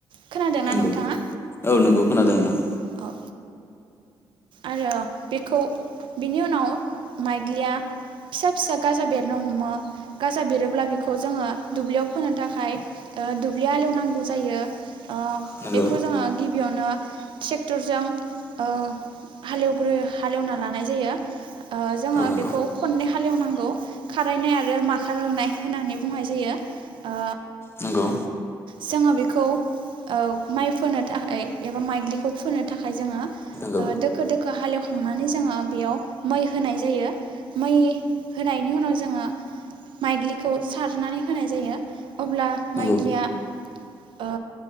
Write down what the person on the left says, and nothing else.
नंगौ
औ नोंगौ खोनादों नोंथां।
नोंगौ
औ नोंगौ
नंगौ
नोंगौ
नोंगौ